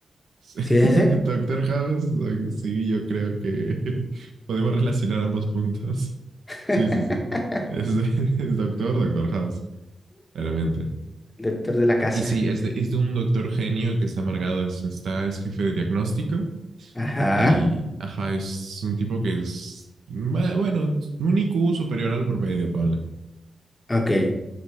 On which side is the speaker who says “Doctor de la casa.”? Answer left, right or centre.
Left